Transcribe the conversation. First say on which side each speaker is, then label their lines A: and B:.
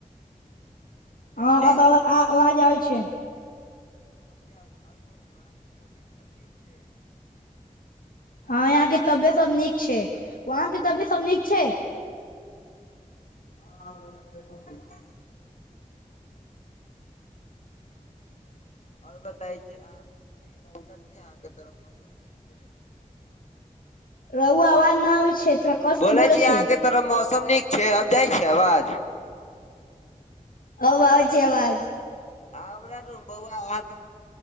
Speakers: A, on the left; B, on the left.
A: तनी
B: हँ आब
A: जा
B: आ आवाज आबै छै
A: आब जाउ आओर बोलू अहाँके तबियत सब नीक छै
B: हँ यहां के तबियत सब नीक छै वहां के तबियत सब नीक छै
A: हँ हमर
B: आ
A: तबियत
B: सम
A: अर बताय छै आ की रौद छै आ तरफ मौसम नीक छै
B: कहु आवाज ना होइ छै थोड़ा कस
A: बोलै
B: के बोले
A: छी
B: छै
A: अहाँ के तरफ मौसम नीक छै आब जाइ छै आवाज
B: अबय छै अवाज
A: आ हमरा बौआ अहाँ के